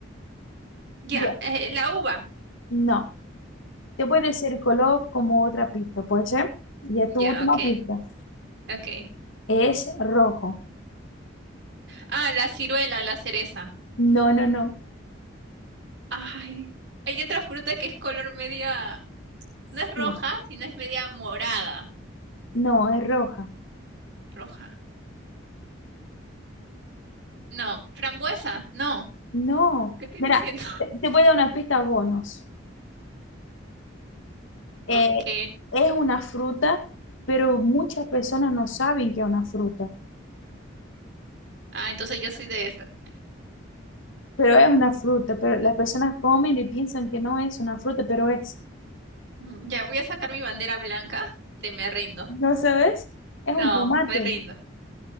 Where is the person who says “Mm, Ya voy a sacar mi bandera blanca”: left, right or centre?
Right